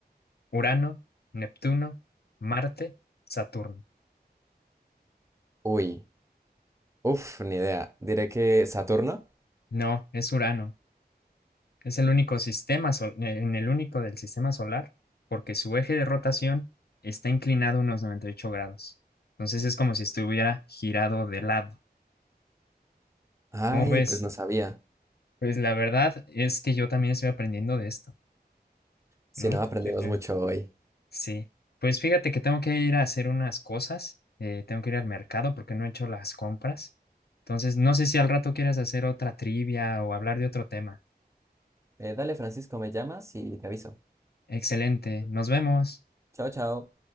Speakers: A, on the left (about 70°); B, on the right (about 15°).
A: ¿Urano, Neptuno, Marte, Saturno?
B: Uy, uff, ni idea. Diré que Saturno.
A: No, es Urano. Es el único sistema, sol- eh, en el único del sistema solar, porque su eje de rotación está inclinado unos 98 grados. Entonces es como si estuviera girado de lado.
B: Ay,
A: ¿Cómo ves?
B: pues no sabía.
A: Pues la verdad es que yo también estoy aprendiendo de esto,
B: Si
A: ¿no?
B: no, aprendimos
A: Yo, yo.
B: mucho hoy.
A: Sí. Pues fíjate que tengo que ir a hacer unas cosas. eh, tengo que ir al mercado porque no he hecho las compras. Entonces, no sé si al rato quieras hacer otra trivia o hablar de otro tema.
B: Eh, dale, Francisco, me llamas y te aviso.
A: Excelente. Nos vemos.
B: Chao, chao.